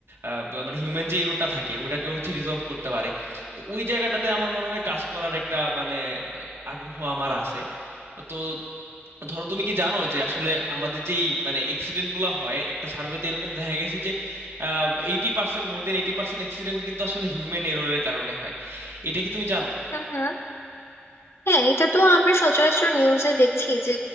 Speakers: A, on the right; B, on the left.
A: আহ, বা- মানে হিউম্যান যে ইরোরটা থাকে ওটাকেও হচ্ছে রিজলভ করতে পারে তো ওই জায়গাটাতে আমার মনে হয় কাজ করার একটা মানে আগ্রহ আমার আছে তো ধরো তুমি কি জানো যে আসলে আমাদের যেই মানে অ্যাক্সিডেন্ট গুলো হয় একটা সার্ভেতে এরকম দেখা গেছে যে এইটি পার্সেন্ট মোর দেন এইটি পার্সেন্ট অ্যাক্সিডেন্ট কিন্তু আসলে হিউম্যান এররের কারণে হয় এটা কি তুমি জানো
B: হুম হুম হ্যাঁ এটা তো আমরা সচরাচর নিউজে দেখছি যে